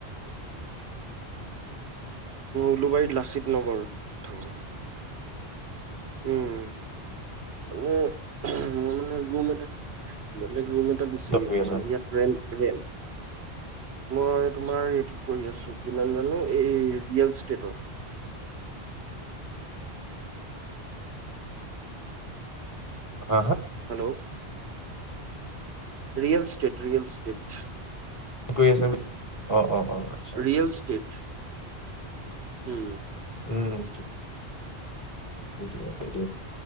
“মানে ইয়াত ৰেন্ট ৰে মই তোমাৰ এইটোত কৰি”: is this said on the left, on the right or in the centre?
Right